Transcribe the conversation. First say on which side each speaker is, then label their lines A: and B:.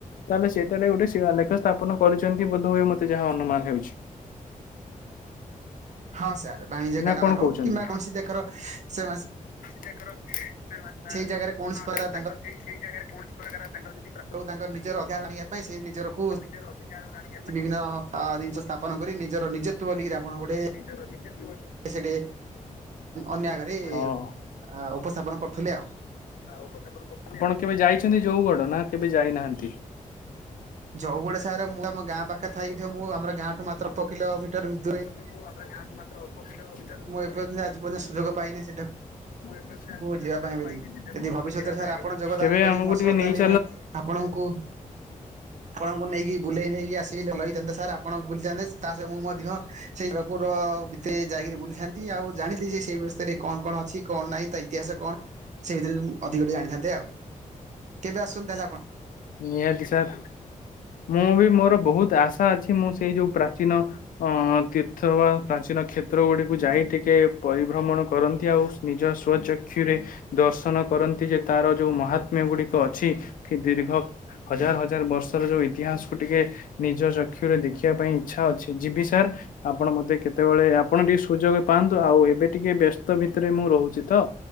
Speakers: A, on the left (about 85°); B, on the right (about 60°).
A: ତାହେଲେ ସେଟାରେ ଗୋଟେସ୍ ଶିଳାଲେଖ ସ୍ଥାପନ କରିଚନ୍ତି ବୋଧହୁଏ ମତେ ଯାହା ଅନୁମାନ ହେଉଛି।
B: ହଁ ସାର୍ ବାଣିଜ୍ୟ
A: ନା
B: କାରବାର
A: କଣ
B: ହଉ
A: କହୁଛନ୍ତି?
B: କିମ୍ବା କୌଣସି ଜାକର ସେ
A: ତାଙ୍କର ସେ ହଁ
B: ଜାଗାରେ କୌଣସି ପ୍ରକାର
A: ତାଙ୍କର ସେଇ ସେଇ ଜାଗାରେ କୌଣସି ପ୍ରକାର ତାଙ୍କର ଯଦି
B: ଆଉ ତାଙ୍କର ନିଜର ଅଧିକାର ଆଣିବା ପାଇଁ ସେ ନିଜରକୁ
A: ନିଜର ଅଧିକାର ଆଣି
B: ବିଭିନ୍ନ ଅ ଜିନିଷ ସ୍ଥାପନ କରି ନିଜର ନିଜତ୍ୱ ବୋଲି ଆପଣ ଗୋଟେ
A: ନିଜର ନିଜ
B: ସେଠି ଅନ୍ୟ ଆଗରେ
A: ହଁ
B: ଉପସ୍ଥାପନ କରୁଥିଲେ ଆଉ
A: ଆପଣ କେବେ ଯାଇଛନ୍ତି ଯଉଗଡ଼ ନା କେବେ ଯାଇନାହାନ୍ତି
B: ଯଉଗଡ଼ ସାରେ ମୁଁ ଆମ ଗାଁ ପାଖରେ ଥାଇବି ମୁଁ ଆମର ଗାଁଠୁ ମାତ୍ର ଅଳ୍ପ କିଲୋମିଟର ଦୁରେଇ
A: ୁ ଆମର ଗାଁଠୁ ମାତ୍ର ଅଳ୍ପ କିଲୋ ଭିତରେଧ କିନ୍ତୁସଲ
B: ଏପର୍ଯ୍ୟନ୍ତ
A: ମୁ
B: ଆଜି ପର୍ଯ୍ୟନ୍ତ ସୁଯୋଗ ପାଇନି ସେଠାକୁ
A: <inaudible>
B: ଯିବା ପାଇଁ ବୋଲି ଯଦି ଭବିଷ୍ୟତରେ ସାର୍ ଆପଣ ଯୋଗଦାନ
A: ତବେ
B: କରିବେ
A: ଆମକୁ
B: ମୋ
A: ଟିକେ
B: ସହ ତାହେଲେ
A: ନେଇ <inaudible>
B: ଆପଣଙ୍କୁ ଆପଣଙ୍କୁ ନେଇକି ବୁଲେଇ ନେଇକି ଆସିକି ଭଲ ହେଇଥାନ୍ତେ ସାର୍ ଆପଣଙ୍କୁ ବୁଲିଥାନ୍ତେ ତା ସହ ମୁଁ ମଧ୍ୟ ସେଇ ଠାକୁର ଭିତରେ ଯାଇକିରି ବୁଲିଥାନ୍ତି ଆଉ ଜାଣିନ୍ତି ଯେ ସେଇ ବିଷୟରେ କଣ କଣ ଅଛି କଣ ନାହିଁ ତା ଇତିହାସ କଣ ସେଇ ଭିତରେ ଅଧିକ ଟିକେ ଆଣିଥାନ୍ତେ ଆଉ କେବେ ଆସୁଛନ୍ତି ତା ହେଲେ ଆପଣ
A: ନିହାତି ସାର୍ ମୁଁ ବି ମୋର ବହୁତ ଆଶା ଅଛି ମୁଁ ସେଇ ଯୋଉ ପ୍ରାଚୀନ ଅ ତୀର୍ଥ ବା ପ୍ରାଚୀନ କ୍ଷେତ୍ର ଗୁଡିକୁ ଯାଇ ଟିକେ ପରିଭ୍ରମଣ କରନ୍ତି ଆଉ ନିଜ ସ୍ୱ ଚକ୍ଷୁରେ ଦର୍ଶନ କରନ୍ତି ଯେ ତାର ଯୋଉ ମହାତ୍ମ୍ୟ ଗୁଡିକ ଅଛି ଦୀର୍ଘ ହଜାର ହଜାର ହଜାର ବର୍ଷର ଯୋଉ ଇତିହାସକୁୁ ଟିକେ ନିଜ ଚକ୍ଷୁରେ ଦେଖିବା ପାଇଁ ଇଚ୍ଛା ଅଛି ଯିବି ସାର୍ ଆପଣ ମତେ କେତେବେଳେ ଆପଣ ଟିକେ ସୁଯୋଗ ପାଆନ୍ତୁ ଆଉ ଏବେ ଟିକେ ବ୍ୟସ୍ତ ଭିତରେ ମୁଁ ରହୁଛି ତ।